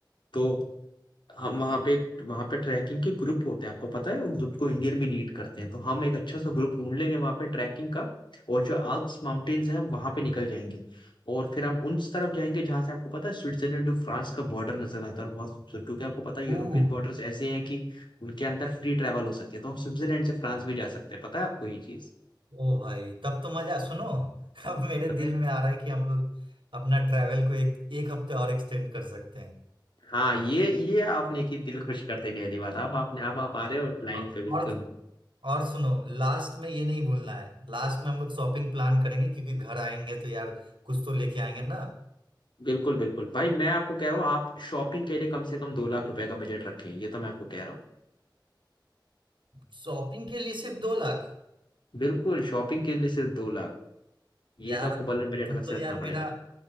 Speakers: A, on the left; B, on the right.
A: तो हम वहाँ पे वहाँ पे ट्रैकिंग के ग्रुप होते हैं आपको पता है उस ग्रुप को इंडियन भी लीड करते हैं तो हम एक अच्छा सा ग्रुप ढूंढ लेंगे वहाँ पे ट्रैकिंग का और जो आल्प्स माउंटेन्स हैं वहाँ पे निकल जाएंगे और फिर हम उस तरफ जाएंगे जहाँ से आपको पता है स्विट्जरलैंड और फ्रांस का बॉर्डर नजर आता है और बहुत खूबसूरत क्योंकि आपको पता है यूरोपियन
B: ओह
A: बॉर्डर्स ऐसे हैं कि उनके अंदर फ्री ट्रैवल हो सकती है तो हम स्विट्जरलैंड से फ्रांस भी जा सकते हैं पता है आपको ये चीज
B: ओ भाई तब तो मजा सुनो <laughs> अब मेरे
A: पता
B: दिल
A: है
B: में आ रहा है कि हम लोग अपना ट्रैवल को एक एक हफ्ते और एक्सटेंड कर सकते हैं
A: हाँ ये ये आपने की दिल खुश कर देने वाली बात आप आपने आप, आप आ रहे हो लाइन
B: औ-
A: पे बिल्कुल
B: और और सुनो लास्ट में ये नहीं भूलना है लास्ट में हम लोग शॉपिंग प्लान करेंगे क्योंकि घर आएंगे तो यार कुछ तो लेके आएंगे ना
A: बिल्कुल बिल्कुल भाई मैं आपको कह रहा हूँ आप शॉपिंग के लिए कम से कम दो लाख रुपए का बजट रखें ये तो मैं आपको कह रहा हूँ
B: शॉपिंग के लिए सिर्फ दो लाख
A: बिल्कुल शॉपिंग के लिए सिर्फ दो लाख ये
B: यार
A: तो आपको बल्कि बजट
B: तुम
A: अलग
B: तो
A: से रखना
B: यार
A: पड़ेगा
B: मेरा